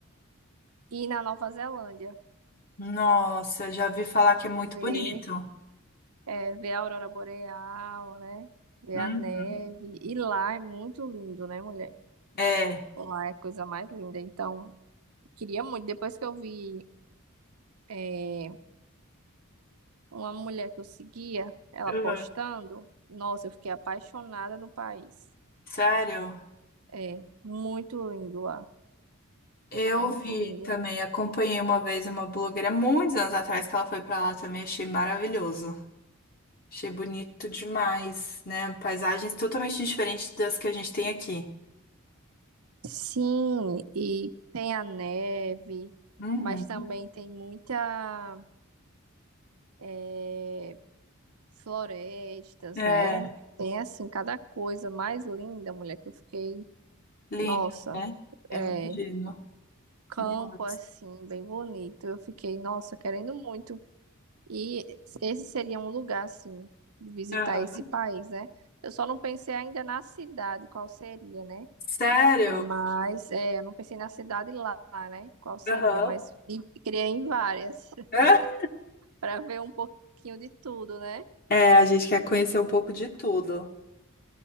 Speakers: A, on the right; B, on the left.
A: ir na Nova Zelândia.
B: Nossa, já vi falar que é muito
A: Ver,
B: bonito.
A: é, ver a aurora boreal, né? Ver
B: Uhum.
A: a neve. E lá é muito lindo, né, mulher?
B: É.
A: Lá é a coisa mais linda. Então, queria muito. Depois que eu vi, é, uma mulher que eu seguia, ela
B: Ah.
A: postando, nossa, eu fiquei apaixonada no país.
B: Sério?
A: É muito lindo lá.
B: Eu
A: Muito
B: vi
A: lindo.
B: também, acompanhei uma vez uma blogueira muitos anos atrás que ela foi pra lá também, achei maravilhoso. Achei bonito demais, né? Paisagens totalmente diferentes das que a gente tem aqui.
A: Sim, e tem a neve,
B: Uhum.
A: mas também tem muita. eh, florestas,
B: É,
A: né? Tem assim cada coisa mais linda, mulher, que eu fiquei,
B: lindo,
A: nossa,
B: né? Eu
A: é
B: imagino.
A: campo
B: Nossa.
A: assim, bem bonito. Eu fiquei, nossa, querendo muito. E esse seria um lugar assim, visitar
B: Aham.
A: esse país, né? Eu só não pensei ainda na cidade, qual seria, né?
B: Sério?
A: Mas é, eu não pensei na cidade lá, né? Qual seria,
B: Aham.
A: mas e queria ir em várias <laughs>
B: <laughs>
A: para ver um pouquinho de tudo, né?
B: É, a gente quer conhecer um pouco de tudo.